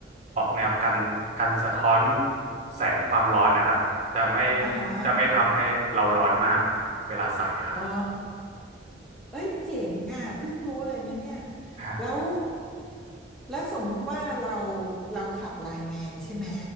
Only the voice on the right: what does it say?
ออกแนวกันกันสะท้อนแสงความร้อนนะครับจะไม่
จะไม่ทำให้เราร้อนมากเวลาใส่ครับ
อ่า